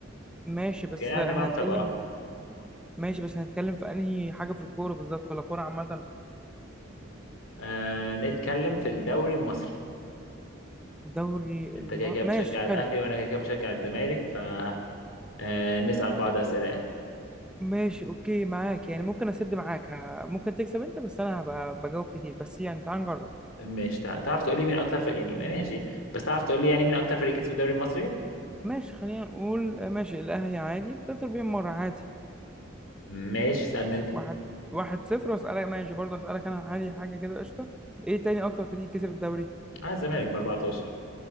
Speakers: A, in the centre; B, on the left.
A: ماشي بس
B: يعني
A: هنتكلم
B: تمام مسابقه
A: ماشي بس هنتكلم في انهي حاجة في الكورة بالظبط ولا كورة عامة
B: آه آه، نتكلم في الدوري المصري
A: دوري
B: انت
A: الم...
B: كده كده بتشجع
A: ماشي
B: الاهلي
A: حلو
B: وانا كده كده بشجع الزمالك ف آه نسال بعض اسئله يعني
A: ماشي اوكي معاك يعني ممكن اسد معاك ه... ممكن تكسب انت بس انا هبقى بجاوب كتير بس يعني تعال نجرب
B: مش تع- تعرف تقول لي مين اكتر فريق يعني ماشي بس تعرف تقول لي يعني مين اكتر فريق كسب الدوري المصري
A: ماشي خلينا نقول ماشي الاهلي عادي بتخسر بيهم مرة عادي
B: ماشي اسالني انت
A: واحد واحد صفر واسألك ماشي برضه اسألك انا عادي حاجة كده قشطة ايه تاني اكتر فريق كسب الدوري
B: اه الزمالك ب 14